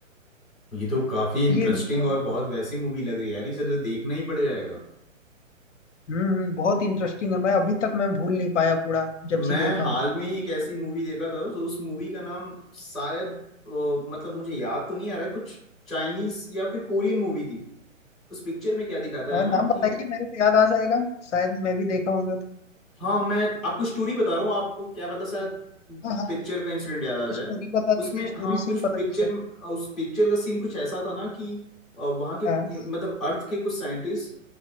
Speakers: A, in the centre; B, on the left.
A: ये तो काफी इंटरेस्टिंग
B: ये मतलब
A: और बहुत वैसी मूवी लग रही है यार इसे तो देखना ही पड़ जाएगा
B: हम्म बहुत इंटरेस्टिंग है मैं अभी तक मैं भूल नहीं पाया पूरा जब
A: मैं
B: से देखा
A: हाल
B: हूँ
A: में ही एक ऐसी मूवी देखा था तो उस मूवी का नाम शायद अ, मतलब मुझे याद तो नहीं आ रहा है कुछ चाइनीस या फिर कोरियन मूवी थी उस पिक्चर में क्या दिखाता
B: और
A: है ना
B: नाम बताइए
A: कि
B: मेरे को याद आ जाएगा शायद मैं भी देखा होगा तो
A: हाँ मैं आपको स्टोरी बता रहा हूँ आपको क्या पता शायद
B: हाँ हाँ
A: पिक्चर का इंसिडेंट याद आ जाए
B: स्टोरी बता
A: उसमें
B: दीजिए स्टोरी
A: हाँ कुछ
B: से ही पता
A: पिक्चर
B: चल जाएगा
A: उस पिक्चर का सीन कुछ ऐसा था ना कि अ, वहाँ के
B: हाँ
A: मतलब अर्थ के कुछ साइंटिस्ट